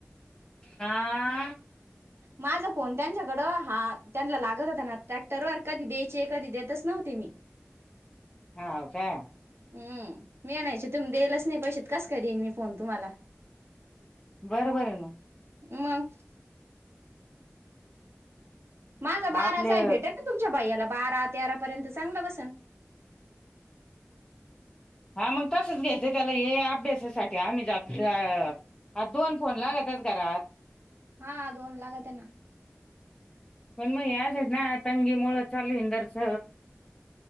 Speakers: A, on the left; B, on the right.
A: हा.
B: माझा फोन त्यांच्याकडं हा त्यांना लागत होता ना ट्रॅक्टरवर कधी द्यायचे कधी देतच ना. तेमी
A: हाव काय
B: हम्म मी आणयचे तु देलच नाही पैसेत कस काय देईन मी फोन तुम्हाला.
A: बरोबर हाय मग.
B: मग. माझा बाराच
A: आपले
B: आहे भेटेल ना तुमच्या भैयाला बारा तेरा पर्यंत चांगलं बसल
A: हा मग तसच घ्यायचं त्याला हे अभ्यासासाठी आम्ही जा अ आ दोन फोन लागतच घरात
B: हा दोन लागात ना
A: पण मग आजच ना तंगी मुळं चालूंदरस